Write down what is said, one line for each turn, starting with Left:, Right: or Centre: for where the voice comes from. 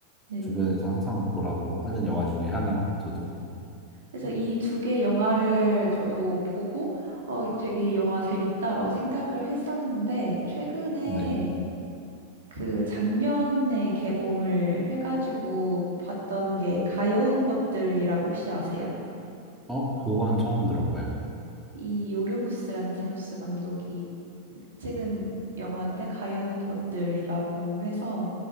Right: 네.
Centre: 주변에서 항상 보라고 하는 영화 중에 하나, 저도.
Right: 그래서 이 두 개 영화를 저도 보고 어 되게 이 영화 재밌다라고 생각을 했었는데 최근에
Centre: 네.
Right: 그 작년에 개봉을 해가지고 봤던 게 가여운 것들이라고 혹시 아세요?
Centre: 어, 그건 처음 들어봐요.
Right: 이 요르고스 란티모스 감독이 찍은 영화인데 가여운 것들이라고 해서